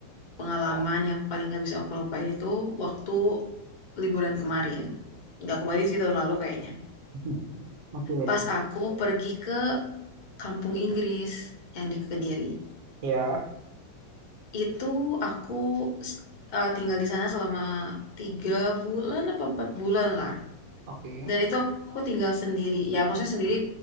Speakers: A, on the left; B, on the right.
A: pengalaman
B: Ya.
A: yang paling gak bisa aku lupain itu waktu liburan kemarin. Nggak kemarin sih, tahun lalu kayaknya.
B: <laughs> Oke.
A: Pas aku pergi ke Kampung Inggris yang di Kediri.
B: Ya.
A: Itu aku s- eh, tinggal di sana selama tiga bulan apa empat bulan lah.
B: Oke.
A: Dan itu aku tinggal sendiri. Ya maksudnya sendiri